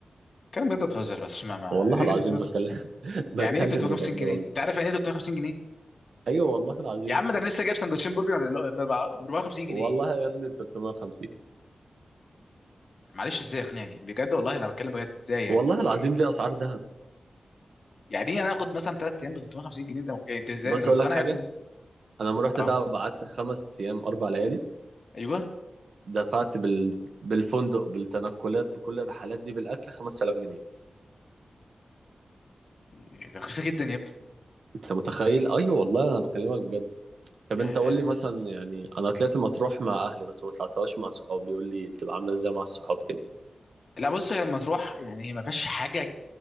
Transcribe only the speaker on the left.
كلام بجد بتهزر بس ما, ما
ايه اللي
350
يعني ايه 350
جنيه
انت عارف يعني ايه 350 جنيه
يا عم ده انا لسه جايب سندوتشين برجر ب 450 جنيه
معلش ازاي اقنعني بجد والله انا بتكلم بجد ازاي يعني
يعني ايه انا اخد مثلا 3 ايام ب 350 جنيه انت انت ازاي
انت مقتنع
يا ابني
اه
ايوه
يعني ده رخيصه جدا يا ابني
يعني
ده ده
لا بص لما تروح يعني هي ما فيهاش حاجه